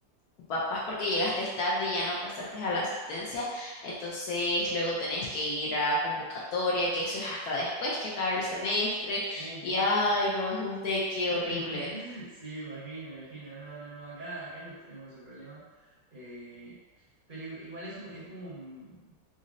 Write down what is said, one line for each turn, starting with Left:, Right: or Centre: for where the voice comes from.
Left: o papás porque llegaste tarde y ya no pasaste a la asistencia, entonces luego tenés que ir a convocatoria, que eso es hasta después que acabe el semestre,
Right: Uh, vos.
Left: y ay, no, es un teque
Right: <laughs>
Left: horrible.
Right: Sí, me imagino, me imagino. No, no, no, acá, acá no tenemos ese problema. Eh, pero igual es, un- es como un,